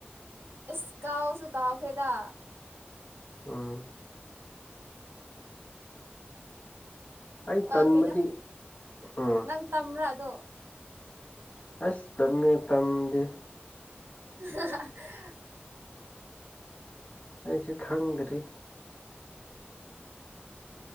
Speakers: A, on the right (about 80°); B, on the left (about 35°).
A: ꯑꯁ ꯀꯥꯎꯁꯨ ꯀꯥꯎꯈ꯭ꯔꯦꯗ
B: ꯎꯝ ꯑꯩ ꯇꯟꯕꯗꯤ
A: ꯀꯩꯅꯣ
B: ꯎꯝ
A: ꯅꯪ ꯇꯝꯕ꯭ꯔꯥ ꯑꯗꯣ
B: ꯑꯁ ꯇꯃꯦ ꯇꯝꯗꯤꯦ
A: ꯑ
B: ꯑꯩꯁꯨ ꯈꯪꯗ꯭ꯔꯤ